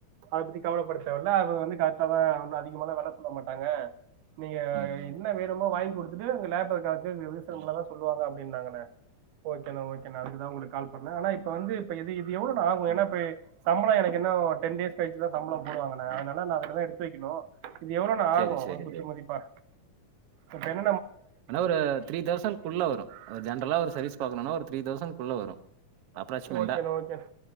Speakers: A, on the right; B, on the right.
A: அதப் பத்தி கவலப்படத் தேவல்ல அவ வந்து கரெக்ட்டாதா வந்து அதிகமான வெ ல சொல்லமாட்டாங்க நீங்க
B: ம், ம்,
A: என்ன வேணுமோ வாய்ங்குடு துட்டு இந்த லேபர் கா <unintelligible>
B: ம்,
A: தா சொல்லுவாங்க அப் இருந்தாங்கண்ண ஓகேண ஓகேண அதுக்குதா உங்களுக் கால் பண்ண ஆனா இப்ப வந்து இப்ப இது இது எவ்ளோண ஆகு ஏன்னா
B: ம்.
A: இப்ப சம்பளொ எனக் இன்னு டென் டேஸ் கழிச்சிதா சம்பளொ போடுவாங்கண அனால நா அதுலதா எடுத்து வெக்கெணு இது எவ்ளோண்ண
B: சரி,
A: ஆகு
B: சரி,
A: குத்து மதிப்பா ப டென்
B: என்ன ஒரு த்ரீ தௌசண் குள்ள வரு ஒரு ஜென்ரலா ஒரு சர்வீஸ் பாக்கனுனா ஒரு த்ரீ தௌசண் குள்ள வரு அப்ராக்சிமென்டா
A: ஓகேண்ணா ஓகேண்ணா